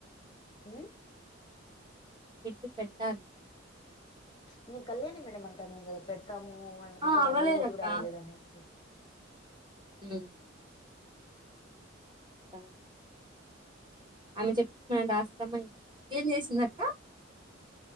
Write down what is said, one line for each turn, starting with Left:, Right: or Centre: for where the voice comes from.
Left: అ
Right: మిడ్ పెట్టాలి
Left: నేను కళ్యాణి మేడమ్ అంటేనే పెడతావు ఇంకా
Right: ఆ అవ్వలేదక్క
Left: వన్ యూనిట్ కూడా అవ్వలేదు అనేసి
Right: మ హ్ ఆమె చెప్పింది మన దస్తామా ఏం ఏంచేసింది అక్క